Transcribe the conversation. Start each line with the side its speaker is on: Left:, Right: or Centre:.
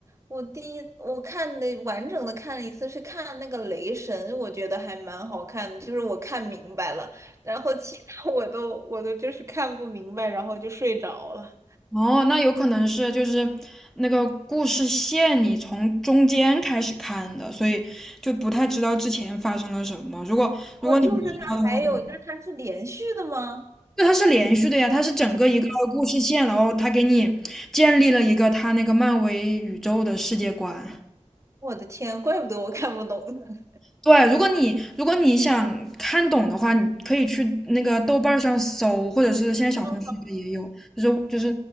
Right: 我第一我看的完整的看了一次是看那个雷神，我觉得还蛮好看的，就是我看明白了，然后其他我都我都就是看不明白，然后就睡着了。
Centre: 哦，那有可能是就是那个故事线你从中间开始看的，所以就不太知道之前发生了什么。如果如果你知道的话。
Right: 哦，就是它还有就是它是连续的吗？
Centre: 对，它是连续的呀，它是整个一个故事线，然后它给你建立了一个它那个漫威宇宙的世界观。
Right: 我的天，怪不得我看不懂呢。
Centre: 对，如果你如果你想看懂的话，你可以去那个豆瓣儿上搜，或者是现在小红书里也有，
Right: <laughs>
Centre: 就是就是